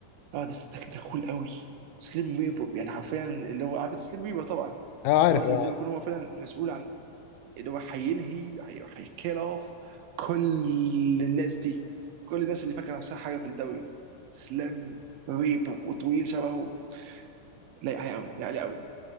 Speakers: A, on the right; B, on the left.
A: اه ده ده كول قوي سليم ريبر يعني حرفيا اللي هو عارف سليم ريبر طبعا
B: اه عارف
A: اللي هو زي
B: اه
A: زي
B: عارف
A: ما يكون هو فعلا مسؤول عن اللي هو هينهي هي- هيكيل اوف كل الناس دي كل الناس اللي فاكره نفسها حاجه في الدوري سليم ريبر وطويل شبهه لايق عليه قوي لايق عليه قوي